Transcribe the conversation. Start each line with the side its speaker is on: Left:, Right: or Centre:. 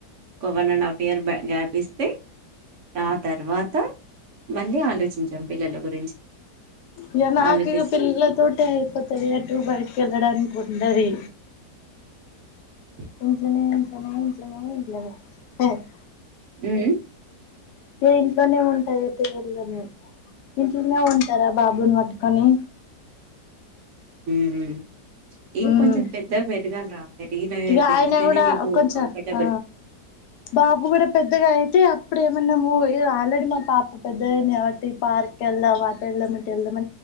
Right: ఒక వన్ అండ్ హాఫ్ ఇయర్ బ గ్యాప్ ఇస్త ఆ తర్వాత మళ్ళీ ఆలోచించాం పిల్లల గురించి
Left: ఇక నాకు
Right: ఆలోచిస్తే
Left: ఇక పిల్లలతో అయిపోతది అటు బయటకి వెళ్ళడానికి ఉంటది
Right: హ
Left: ఇంజనే ఉజనేజనే ఇనే <unintelligible>
Right: హ్మ్మ్
Left: మీరు ఇంట్లోనే ఉంటాది అయితే వెళ్దనే ఇంట్లోనే ఉంట తరా బాబుని పట్టుకొని
Right: హ్మ్మ్ ఏ
Left: ఉమ్
Right: కొంచెం పెద్దగా పెదగాలరా పెరిగిిన
Left: ఇగ
Right: పెరిగితేనే
Left: ఆయన కూడా
Right: నీకు
Left: కొంచెం
Right: కంఫర్టబుల్
Left: ఆ బాబు కూడా పెద్దగా అయితే అ ఇప్పుడు ఏమన్నాము ఆల్రెడీ మా పాప పెద్ద కాబట్టి ఈ పార్క్ కి వెళ్దాం అటు వెళ్దాం ఇటెల్దాం